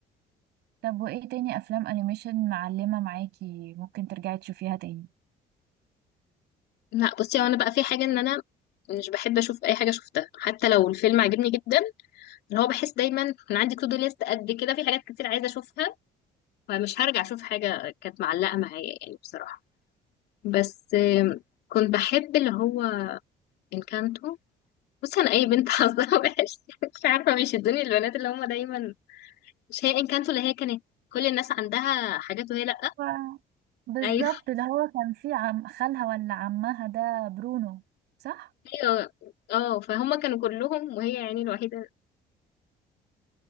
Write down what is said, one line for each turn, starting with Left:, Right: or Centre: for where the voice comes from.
Right: طب وايه تاني افلام انيميشن معلمة معاكي ممكن ترجعي تشوفيها تاني
Left: لا بصي هو انا بقى في حاجه ان انا مش بحب اشوف اي حاجه شفتها حتى لو الفيلم عجبني جدا اللي هو بحس دايما انا عندي تو دو ليست قد كده في حاجات كتير عايزه اشوفها فمش هرجع اشوف حاجه كانت معلقه معايا يعني بصراحه بس آم، كنت بحب اللي هو انكانتو بصي انا اي بنت حظها <laughs> وحش مش عارفه مش الدنيا البنات اللي هم دايما مش هي انكانتو اللي هي كانت كل الناس عندها حاجات وهي لأ
Right: و- بالظبط
Left: ايوه
Right: اللي هو كان في عم خالها ولا عمها ده برونو صح
Left: ايوه اه فهم كانوا كلهم وهي يعني الوحيدة